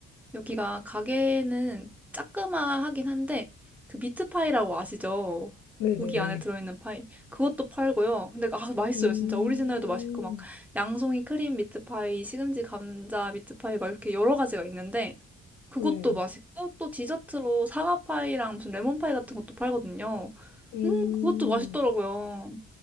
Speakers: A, in the centre; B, on the left.
A: 여기가 가게는 짜그마하긴 한데 그 미트파이라고 아시죠?
B: 네네네.
A: 고기 안에 들어있는 파이 그것도 팔고요. 근데 아 맛있어요
B: 음,
A: 진짜 오리지널도 맛있고 막 양송이 크림 미트파이, 시금치 감자 미트파이 막 이렇게 여러 가지가 있는데 그것도
B: 네.
A: 맛있고 또 디저트로 사과파이랑 무슨 레몬파이 같은 것도 팔거든요.
B: 음,
A: 음 그것도 맛있더라고요.